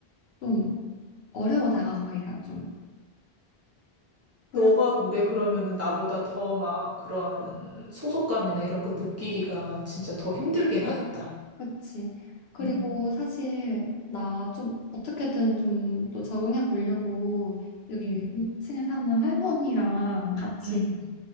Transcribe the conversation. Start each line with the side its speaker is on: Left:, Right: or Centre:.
Left: 좀 어려워 다가가기가 좀 그래서
Right: 너가 근데 그러면은 나보다 더 막 그런 소속감이나 이런 거 느끼기가 진짜 더 힘들긴 하겠다.
Left: 그치 그리고
Right: 응,
Left: 사실 나 좀 어떻게든 좀 또 적응해 보려고 여기
Right: 응,
Left: 2층에 사는 할머니랑 같이
Right: 응.